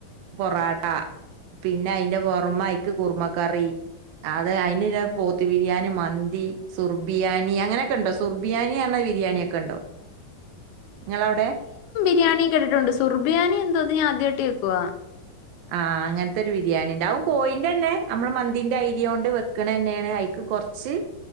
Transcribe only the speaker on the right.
പൊറാട്ട പിന്നെ അയിന്റെ പൊർമ ഐക്ക് കുറുമക്കറി അത് അയിന് പോത്ത് ബിരിയാണി മന്തി സുർബിയാനി അങ്ങനെയൊക്കെണ്ടോ സുർബിയാനി ന്ന് പറഞ്ഞ ബിരിയാണ ഒക്കെയുണ്ടോ ങ്ങളാവിടെ
ആ അങ്ങനെത്തൊരു ബിരിയാണി ണ്ട് ഔ കോയിന്റെന്നെ അമ്മളെ മന്തിന്റെ അയ്രിയോണ്ട് വെക്ക്ണെന്നെയാണ് അയ്ക്ക് കൊർച്ച്